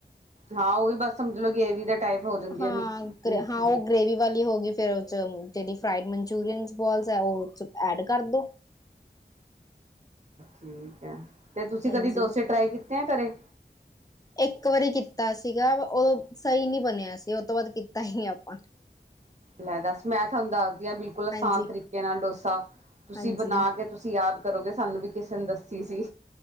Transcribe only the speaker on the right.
ਹਾਂ ਉਹੀ ਬਸ ਸਮਝ ਲੋਓ ਗ੍ਰੇਵੀ ਵੀ ਦਾ, ਟਾਈਪ ਹੋ ਜਾਂਦੀ
ਹੈ ਮਿਕਸ
ਮਿਕਸ ਜੀ
ਠੀਕ ਹੈ, ਤੇ ਤੁਸੀਂ
ਕਦੀ ਡੋਸੇ ਟਰਾਈ ਕੀਤੇ ਆ ਘਰੇ।
ਲੈ ਦੱਸ ਮੈਂ ਤੁਹਾਨੂੰ ਦੱਸਦੀ ਹਾਂ, ਬਿਲਕੁਲ ਆਸਾਨ
ਤਰੀਕੇ ਨਾਲ ਡੋਸਾ ਤੁਸੀਂ
ਬਣਾ ਕੇ ਤੁਸੀਂ ਯਾਦ। ਕਰੋਗੇ, ਸਾਨੂੰ ਵੀ ਕਿਸੇ ਨੇ ਦੱਸੀ ਸੀ